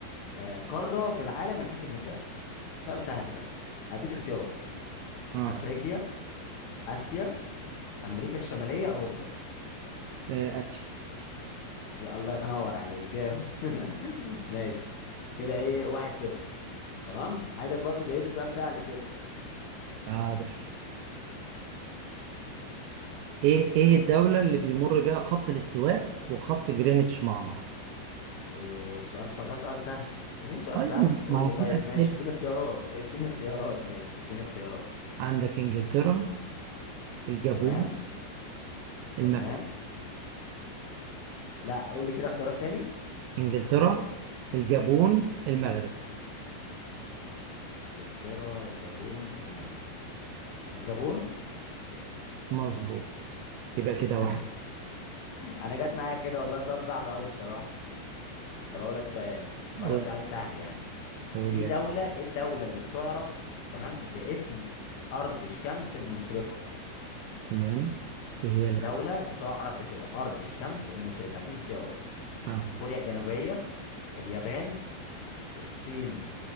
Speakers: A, on the left; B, on the right.
A: آه، قاره في العالم من حيث المساحه سؤال سهل ده هديك اختيارات
B: اه
A: افريقيا اسيا امريكا الشماليه اوروبا
B: آه، اسيا
A: الله ينور عليك جامد <laughs> ماشي كده ايه واحد صفر تمام عايزك برضو جهز لي سؤال سهل كده
B: حاضر ايه ايه الدولة اللي بيمر بها خط الاستواء وخط جرينتش مع بعض؟
A: اوه سؤال ص- ده سؤال سهل عايزين سؤال
B: طيب
A: سهل قول
B: ما هو
A: لي
B: في
A: طيب
B: اسئلة
A: ماشي اديني اختيارات اديني اختيارات ماشي اديني اختيارات
B: عندك انجلترا الجابون
A: تمام تمام
B: المغرب
A: لا قول لي كده اختيارات تاني
B: انجلترا الجابون المغرب
A: انجلترا الجابون المغرب الجابون
B: مظبوط يبقى كده
A: <laughs>
B: واحد
A: انا جت معايا كده والله سؤال صعب قوي بصراحة طب اقول لك سؤال اقول
B: قول
A: لك سؤال سهل يعني
B: قول
A: في
B: يا
A: دولة ايه الدولة اللي بتعرف تمام باسم أرض الشمس المشرقة
B: تمام ايه هي الاختيار
A: دولة بتعرف بكده أرض الشمس المشرقة هديك اختيارات
B: آه.
A: كوريا الجنوبية اليابان الصين